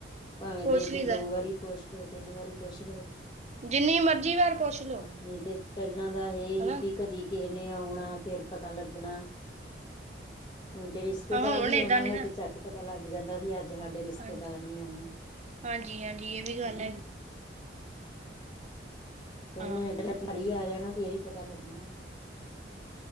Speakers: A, on the left; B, on the right.
A: ਭਾਵੇਂ
B: ਪੁੱਛ
A: ਦਿਨ 'ਚ
B: ਲਈਦਾ
A: ਦੋ ਵਾਰੀ ਪੁੱਛ ਦੋ ਤਿੰਨ ਵਾਰੀ ਪੁੱਛ ਲੋ।
B: ਜਿੰਨੀ ਮਰਜ਼ੀ ਵਾਰ ਪੁੱਛ ਲੋ।
A: ਨਈ ਤੇ ਪੈਲਾਂ ਦਾ ਏ ਸੀ
B: ਹਨਾ
A: ਵੀ ਕਦੀ ਕਿਹੇ ਨੇ ਆਉਣਾ। ਫਿਰ ਪਤਾ ਲੱਗਣਾ ਹੁਣ ਤੇ ਰਿਸ਼ਤੇਦਾਰ
B: ਹਾਂ ਹੁਣ
A: ਵੀ
B: ਏਦਾਂ
A: ਆਉਣਾ
B: ਨੀ
A: ਹੋਏ
B: ਨਾ
A: ਤੇ ਝੱਟ ਪਤਾ ਲੱਗ ਜਾਂਦਾ ਵੀ ਅੱਜ ਸਾਡੇ ਰਿਸ਼ਤੇਦਾਰ
B: ਹਾਂਜੀ
A: ਨੇ ਆਉਣਾ
B: ਹਾਂਜੀ ਹਾਂਜੀ ਇਹ ਵੀ ਗੱਲ
A: ਹਨਾ।
B: ਹੈਗੀ
A: ਪੈਲਾਂ
B: ਹਾਂ
A: ਏਦਾਂ ਘਰ ਈ ਆ ਜਾਣਾ ਫਿਰ ਈ ਪਤਾ ਲੱਗਣਾ।